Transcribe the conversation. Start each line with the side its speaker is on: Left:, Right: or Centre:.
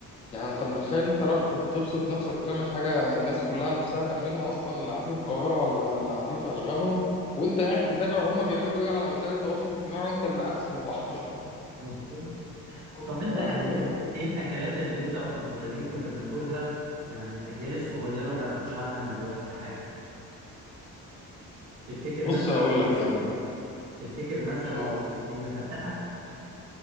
Left: يعني انت متخيل انت رايح تب- تبسط نفسك وتعمل حاجة الناس كلها نفسها تعملها اصلا اللي قاعدين في القاهرة ولا اللي قاعدين في اشغالهم وانت قاعد تتابع هما بيعملوا ايه على وسائل التواصل الاجتماعي وانت اللي قاعد في البحر
Right: <laughs> مظبوط
Left: <laughs>
Right: طب انت
Left: يعني
Right: ايه ايه الاكلات اللي انت واحنا صغيرين كنا بناكلها يعني الاجيال الصغيره ما يعرفوش عنها دلوقتي حاجه تفتكر
Left: بص
Right: مثلا
Left: اقول لك يعني
Right: تفتكر مثلا
Left: اه
Right: المفتقه